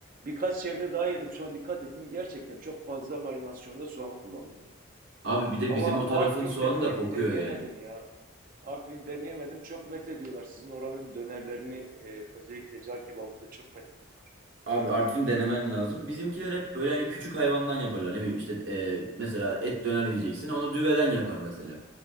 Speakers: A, on the right; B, on the right.
A: Birkaç yerde daha yedim sonra dikkat ettim gerçekten çok fazla marinasyonda soğan kullanılıyor.
B: Abi bir de
A: Ama
B: bizim o tarafın
A: Artvin
B: soğanı
A: denemek
B: da kokuyor
A: deneyemedim
B: yani.
A: ya. Artvin deneyemedim. Çok met ediyorlar. Sizin oranın dönerlerini e, özellikle cağ kebabını da çok met ediyorlar.
B: Abi Artvin denemen lazım. Bizimkiler hep böyle hani küçük hayvandan yaparlar. Ne bileyim işte e, mesela et döner diyeceksin. Onu düveden yapar mesela.